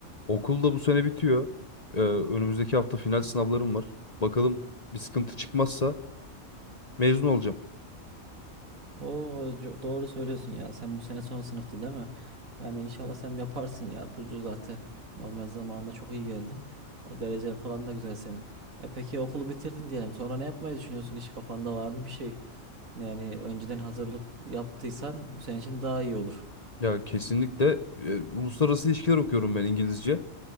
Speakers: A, on the left (about 30°); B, on the right (about 70°).
A: Okul da bu sene bitiyor. Ee, önümüzdeki hafta final sınavlarım var. Bakalım bir sıkıntı çıkmazsa mezun olacağım.
B: Oo, co- doğru söylüyorsun ya. Sen bu sene son sınıftı değil mi? Yani inşallah sen yaparsın ya. Bu zaten normal zamanında çok iyi geldin. O derecen falan da güzel senin. E peki okulu bitirdin diyelim. Sonra ne yapmayı düşünüyorsun? Hiç kafanda var mı bir şey? Yani önceden hazırlık yaptıysan bu senin için daha iyi olur.
A: Ya kesinlikle e, uluslararası ilişkiler okuyorum ben İngilizce.